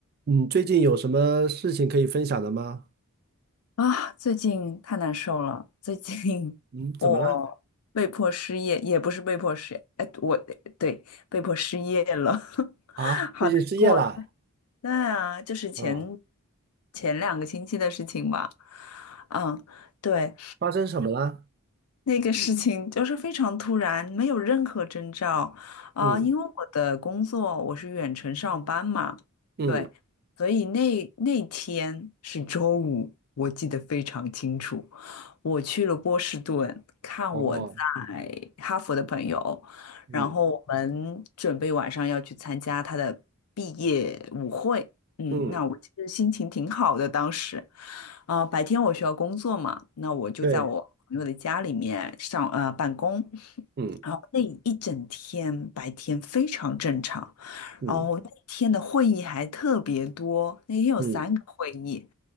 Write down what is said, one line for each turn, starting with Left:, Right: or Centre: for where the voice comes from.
Right: 嗯，最近有什么事情可以分享的吗？
Left: 啊，最近太难受了。最近我被迫失业，
Right: 嗯，怎么了？
Left: 也不是被迫失业，哎，我对被迫失业了，<laughs>
Right: 啊，
Left: 好难过。
Right: 最近失业了？
Left: 对啊，就是前
Right: 嗯，
Left: 前两个星期的事情吧。嗯，对。
Right: 发生什么了？
Left: 那个事情就是非常突然，没有任何征兆啊、
Right: 嗯
Left: 因为我的工作我是远程上班嘛，
Right: 嗯，
Left: 对，所以那那天是周五，我记得非常清楚。我去了波士顿看我在哈佛的朋友，
Right: 哦，嗯
Left: 然后我们准备晚上要去参加他的毕业舞会，嗯，
Right: 嗯，
Left: 那我其实心情挺好的，当时，啊，白天我需要工作嘛，那我就在我朋友的家里面上呃办公，
Right: 对，嗯
Left: 然后那一整天白天非常正常，
Right: 嗯
Left: 然后那天的会议还特别多，那天有三个会议，
Right: 嗯